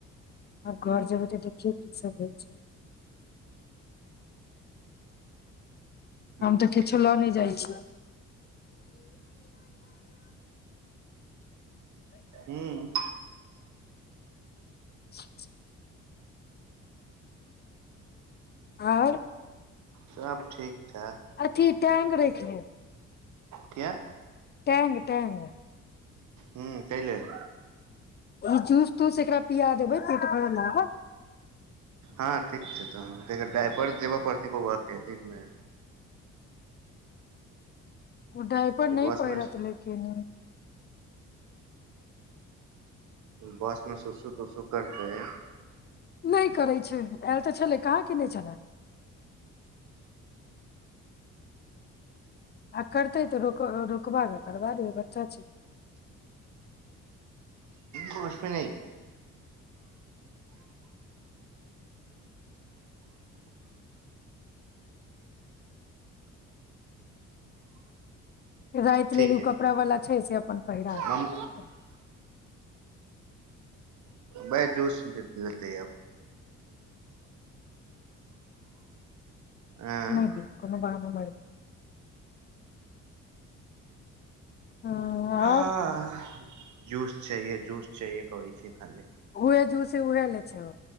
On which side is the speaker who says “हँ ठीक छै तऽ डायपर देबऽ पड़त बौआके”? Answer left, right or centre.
Right